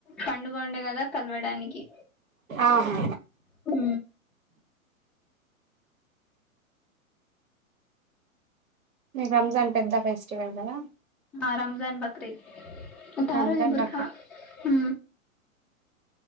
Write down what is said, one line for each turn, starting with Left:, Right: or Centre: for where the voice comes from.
Centre: పండుగ ఉండే కదా కలవడానికి,
Right: ఆహా
Centre: హు
Right: ని రంజాన్ పెద్ద ఫెస్టివల్ కదా.
Centre: ఆ రంజాన్, బక్ రి ఆ త్తరొజె
Right: రంజాన్
Centre: బుర్కా,
Right: మాకు
Centre: హు